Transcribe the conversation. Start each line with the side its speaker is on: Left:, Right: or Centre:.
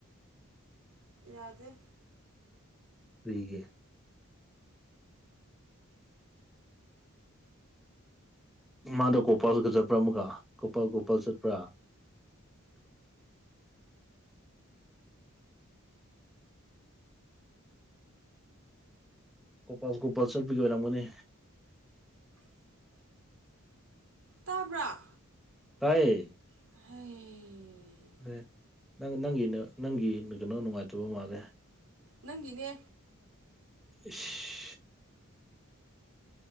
Right: ꯌꯥꯗꯦ
Centre: ꯀꯨꯏꯒꯦ ꯃꯥꯗ ꯀꯣꯄꯥꯜꯁꯨꯒ ꯆꯠꯄ꯭ꯔꯥ ꯑꯃꯒ ꯀꯣꯄꯥꯜ ꯀꯣꯄꯥꯜ ꯆꯠꯄ꯭ꯔꯥ ꯒꯄꯥꯜ ꯒꯣꯄꯥꯜ ꯆꯠꯄꯒꯤ ꯑꯣꯏꯔꯝꯒꯅꯤ
Right: ꯇꯥꯕ꯭ꯔꯥ
Centre: ꯇꯥꯏꯌꯦ
Right: ꯍꯥꯏ
Centre: ꯑ ꯅꯪ ꯅꯪꯒꯤ ꯅꯪꯒꯤ ꯀꯩꯅꯣ ꯅꯨꯡꯉꯥꯏꯇꯕ ꯃꯥꯜꯂꯦ
Right: ꯅꯪꯒꯤꯅꯦ
Centre: ꯏꯁ